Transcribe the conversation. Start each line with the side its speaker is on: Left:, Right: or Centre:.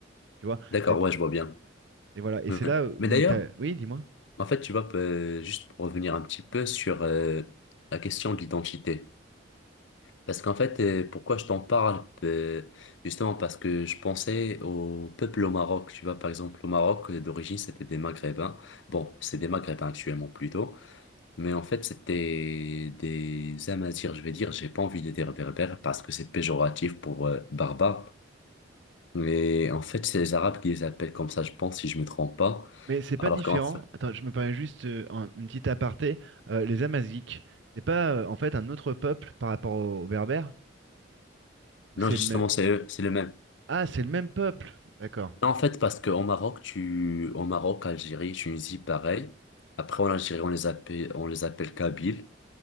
Right: Tu vois,
Left: D'accord,
Right: ça a été-
Left: ouais, je vois bien.
Right: et voilà. Et
Left: Mhm.
Right: c'est là où
Left: Mais d'ailleurs,
Right: il t'a. Oui, dis-moi.
Left: en fait, tu vois, euh, juste pour revenir un petit peu sur euh, la question de l'identité. Parce qu'en fait, euh, pourquoi je t'en parle, euh, justement parce que je pensais au peuple au Maroc. Tu vois, par exemple, au Maroc, euh, d'origine, c'était des Maghrébins. Bon, c'est des Maghrébins actuellement plutôt. Mais en fait, c'était des Amazirs, je vais dire. J'ai pas envie de dire berbères parce que c'est péjoratif pour euh, barbare. Mais en fait, c'est les Arabes qui les appellent comme ça, je pense, si je me trompe pas.
Right: Mais c'est
Left: Alors
Right: pas différent.
Left: qu'en fait,
Right: Attends, je me permets juste euh, un- une petite aparté. Euh, les Amazigh, c'est pas euh, en fait un autre peuple par rapport aux, aux Berbères? Ou
Left: non,
Right: c'est
Left: justement,
Right: le même.
Left: c'est eux, c'est le même.
Right: Ah, c'est le même peuple. D'accord.
Left: En fait, parce qu'au Maroc, tu, au Maroc, Algérie, Tunisie, pareil. Après, en Algérie, on les appelle, on les appelle Kabyles.